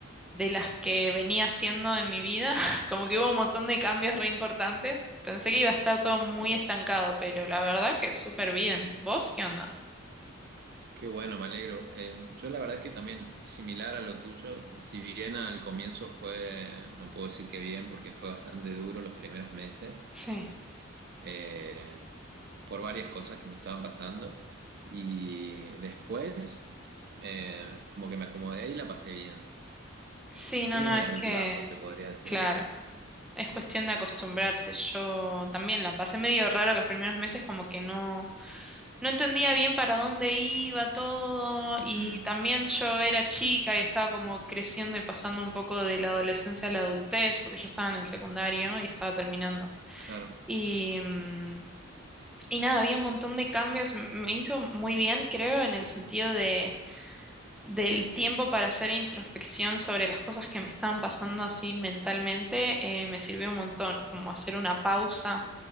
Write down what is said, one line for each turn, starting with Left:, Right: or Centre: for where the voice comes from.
Centre: de las que venía haciendo en mi vida. <laughs> Como que hubo un montón de cambios re importantes. Pensé que iba a estar todo
Right: Ajá.
Centre: muy estancado, pero la verdad que súper bien. ¿Vos qué onda?
Right: Qué bueno, me alegro. Eh, yo la verdad que también, similar a lo tuyo, si bien al comienzo fue, no puedo decir que bien, porque fue bastante duro los primeros meses,
Centre: Sí.
Right: eh, por varias cosas que me estaban pasando, y después eh, como que me acomodé y la pasé bien.
Centre: Sí, no,
Right: Tuve
Centre: no,
Right: mis
Centre: es
Right: altibajos,
Centre: que,
Right: se podría decir.
Centre: claro, es cuestión de acostumbrarse. Yo también la pasé medio raro los primeros meses, como que no, no entendía bien para dónde iba todo.
Right: Ujú,
Centre: Y también yo era chica y estaba como creciendo y pasando un poco de la adolescencia a la adultez, porque yo estaba en el secundario y estaba terminando.
Right: claro.
Centre: Y, mm, y nada, había un montón de cambios. m- Me hizo muy bien, creo, en el sentido de, del tiempo para hacer introspección sobre las cosas que me estaban pasando así mentalmente. eh, me sirvió un montón, como hacer una pausa.